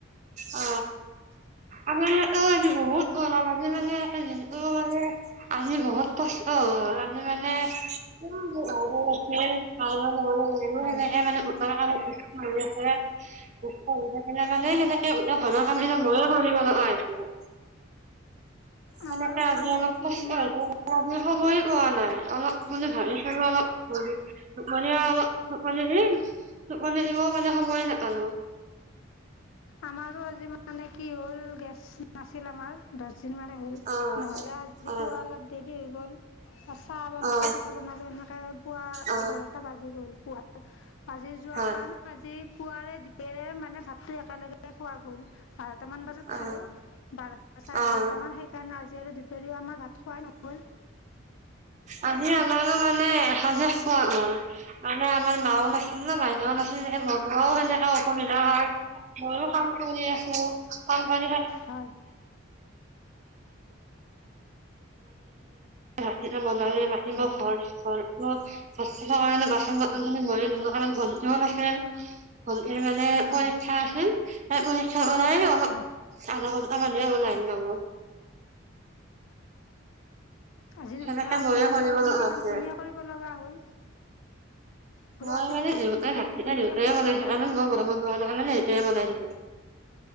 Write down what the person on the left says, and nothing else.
হয়,
আমাৰো
মানে
কি
ইমান
আমাৰো আজি মানে কি হ'ল গেছ নাছিল আমাৰ দশ দিন মানে হ'ল।
নহ'লে আজি
পুৱা অলপ দেৰি হৈ গ'ল। চাহ বনালো,
পিঠা বনালো এনেকে পুৱা
এঘাৰটা বাজি গ'ল। পুৱ বাজি যোৱাৰ
কাৰণে আজি পুৱাৰে-দিপেৰে মানে ভাতটো একেলগে খোৱা গ'ল। বাৰটামান বজাত
খালোঁ। বাৰটা-চাৰে
বাৰটামান সেইকাৰণে আজি আৰু দুপৰীয়া আমাৰ ভাত খুৱাই নগ'ল।
হয়
হয়
হয়
হয়
হয়।
আজি নহ,
লে আপুনিয়ে
সকলোখিনি
কাম
আপুনিয়ে কৰিব লগা হ'ল। বোলো
আজি
সকলোখিনি
কাম
আপুনিয়ে
কৰিব
লগা
হ'ল